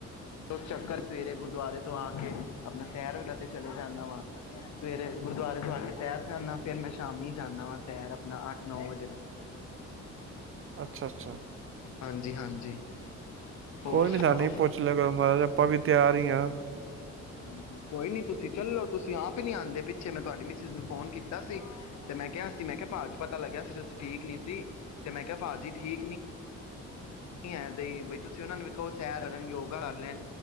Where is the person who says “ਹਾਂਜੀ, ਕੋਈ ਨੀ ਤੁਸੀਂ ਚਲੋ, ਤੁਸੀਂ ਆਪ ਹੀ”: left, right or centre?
Left